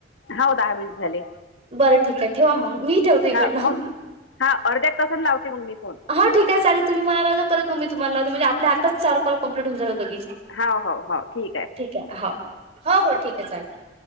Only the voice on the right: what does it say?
बरं ठीक आहे ठेवा मग मी ठेवतो इकडनं
ह ठिक आहे चाले तुम्ही मला जा परत म तुम्हाला लावते म्हणजे आपले आताच चार कॉल कंम्पप्लेट होऊन जातात दोघींचे.
<unintelligible> हो, हो हो ठीक आहे चालेल.